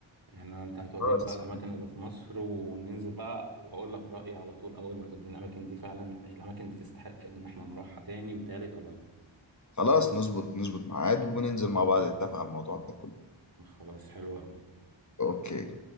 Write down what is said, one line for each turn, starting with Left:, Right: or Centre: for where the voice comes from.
Right: يعني انت هتوريني
Left: خلاص
Right: بقى الاماكن اللي في مصر وننزل بقى واقول لك رايي على طول اول ما توديني الاماكن دي فعلا الاماكن دي تستحق ان احنا نروحها تاني وتالت ولا لا
Left: خلاص نظبط نظبط ميعاد وننزل مع بعض نتفق على الموضوع ده كله
Right: خلاص حلو قوي
Left: اوكي